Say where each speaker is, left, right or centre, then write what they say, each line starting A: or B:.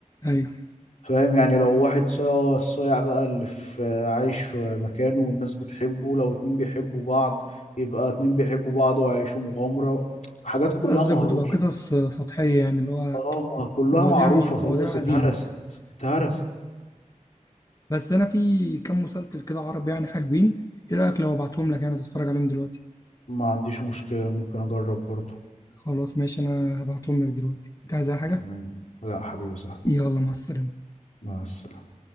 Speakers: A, on the left (about 25°); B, on the left (about 65°).
A: أيوه
B: فاهم يعني لو واحد صايع الصايع بقى اللي في عايش في مكانه والناس بتحبه لو اتنين بيحبوا بعض يبقى اتنين بيحبوا بعض وهيعيشوا مغامرة حاجات كلها
A: قصدك
B: مهروشة
A: بتبقى قصص آه، سطحية يعني اللي هو
B: اه ما كلها
A: مواضيع
B: معروفة خلاص
A: مواضيع قديمة
B: اتهرست اتهرست
A: بس انا في كام مسلسل كده عربي يعني حلوين ايه رايك لو ابعتهم لك انا تتفرج عليهم دلوقتي
B: ما عنديش مشكلة ممكن اجرب برضو
A: خلاص ماشي انا هبعتهم لك دلوقتي انت عايز أي حاجه
B: تمام لا حبيبي سهل
A: يلا مع السلامه
B: مع السلامة